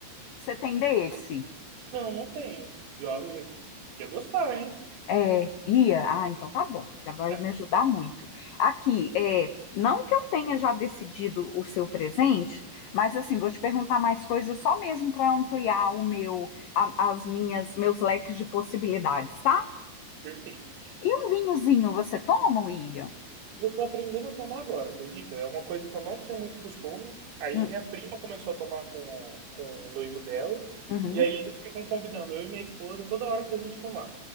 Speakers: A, on the left (about 85°); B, on the right (about 75°).
A: Você tem desse?
B: Não, não tenho. E olha, eu ia gostar, hein?
A: É, ia? Ah, então tá bom, já vai
B: <laughs>
A: me ajudar muito. Aqui, é, não que eu tenha já decidido o seu presente, mas assim, vou te perguntar mais coisas só mesmo para ampliar o meu, a- as minhas, meus leques de possibilidades, tá?
B: Perfeito.
A: E um vinhozinho você toma, William?
B: Eu tô aprendendo a tomar agora, acredita? É uma coisa que eu não tinha muito costume. Aí
A: Hum,
B: minha prima começou a tomar com, com o noivo dela.
A: uhum,
B: E aí eles ficam convidando eu e minha esposa toda hora pra gente tomar.